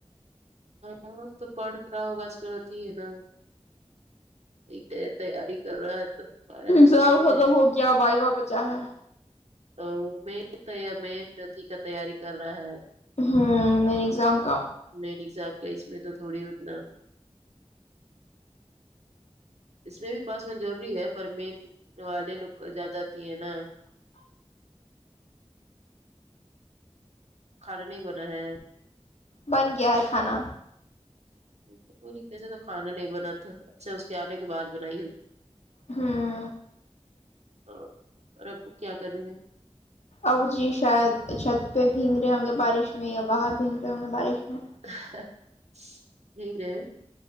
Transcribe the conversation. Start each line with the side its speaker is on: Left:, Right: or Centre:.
Right: ہاں تو پڑھ ات رہا ہوگا آج کل آتی ہے نا ٹیک ہے تیاری کر رہا ہے تو آیا ہے
Left: جوب
Right: تو سن
Left: ختم
Right: لے
Left: ہو گیا وائیوا بچا ہے
Right: ا مین طیب میں برتی کا تیاری کر رہا ہے
Left: ہوں مین ایگزام کا
Right: مین ایگزام کا اس میں تو تھوڑی اتنا اس میں بھی پاس ھو جو نئ ضروری ہے پر مین والے لگ کو زیادہ آتی ہیں نا کھانا نہیں بنا ہے
Left: بن گیا ہے کھانا
Right: تو پور جیسے تو کھانا نہیں بنا کر اچھا اس کے آنے کے بعد بنائی ہو
Left: ہوں
Right: ہاں اور ابو کیا کر رہے ہیں
Left: ابو جی شاید چھت پہ بھیگ رہے ہوں گے بارش میں یا باہر بھیگ رہے ہوں گے بارش میں
Right: ہاں ٹھیک ہے